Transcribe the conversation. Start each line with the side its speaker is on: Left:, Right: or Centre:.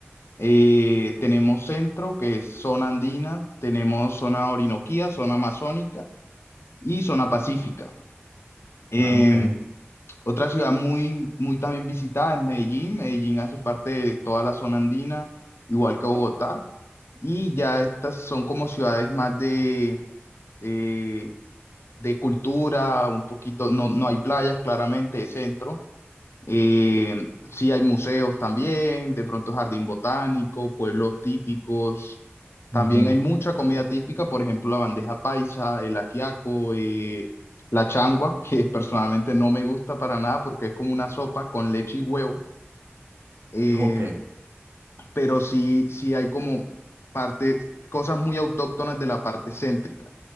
Left: Eh,
Right: Ah,
Left: tenemos centro, que es zona andina, tenemos zona orinoquía, zona amazónica y zona pacífica. Em,
Right: Ah, ok.
Left: otra ciudad muy, muy también visitada es Medellín. Medellín hace parte de toda la zona andina, igual que Bogotá. Y ya estas son como ciudades más de, eh, de cultura, un poquito, no, no hay playas, claramente, de centro eh, sí hay museos también, de pronto jardín botánico, pueblos típicos. También
Right: Ujú.
Left: hay mucha comida típica, por ejemplo, la bandeja paisa, el ajiaco, eh, la changua, que <laughs> personalmente no me gusta para nada porque es como una sopa con leche y huevo. Eh,
Right: Ok.
Left: pero sí, sí hay como parte, cosas muy autóctonas de la parte céntrica.